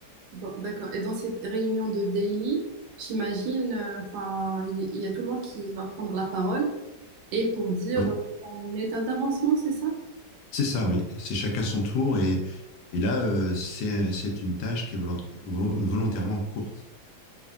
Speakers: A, on the right (about 75°); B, on the left (about 80°).
A: bon, d'accord. Et dans cette réunion de daily, j'imagine, euh, enfin, il y il y a tout le monde qui va prendre la parole. et pour dire
B: Oui,
A: euh, en état d'avancement, c'est ça?
B: c'est ça, oui. C'est chacun son tour, et, et là, euh, c'est, c'est une tâche qui est volont- vo- volontairement courte.